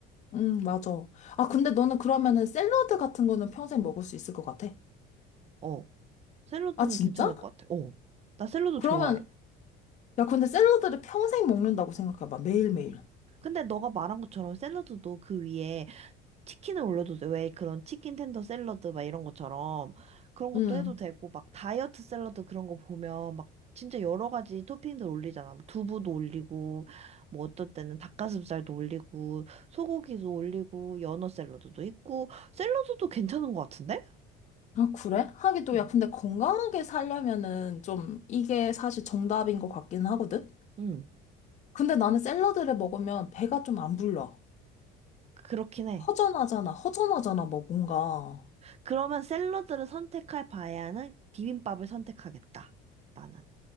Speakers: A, on the left; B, on the right.
A: 응 맞아. 아, 근데 너는 그러면은 샐러드 같은 거는 평생 먹을 수 있을 것 같아?
B: 어. 샐러드는
A: 아, 진짜?
B: 괜찮을 것 같아. 어. 나 샐러드
A: 그러면,
B: 좋아해.
A: 야, 근데 샐러드를 평생 먹는다고 생각해봐. 매일매일.
B: 근데 너가 말한 것처럼 샐러드도 그 위에 치킨을 올려도 돼. 왜 그런 치킨 텐더 샐러드 막 이런 것처럼 그런 것도
A: 응.
B: 해도 되고 막 다이어트 샐러드 그런 거 보면 막 진짜 여러 가지 토핑들 올리잖아. 뭐 두부도 올리고 뭐 어떤 때는 닭가슴살도 올리고 소고기도 올리고 연어 샐러드도 있고 샐러드도 괜찮은 것 같은데?
A: 아, 그래? 하긴 또,
B: 응.
A: 야, 근데 건강하게 살려면은 좀 이게 사실 정답인 것 같긴 하거든?
B: 응.
A: 근데 나는 샐러드를 먹으면 배가 좀 안 불러.
B: 그렇긴 해.
A: 허전하잖아, 허전하잖아, 뭐 뭔가.
B: 그러면 샐러드를 선택할 바에는 비빔밥을 선택하겠다. 나는.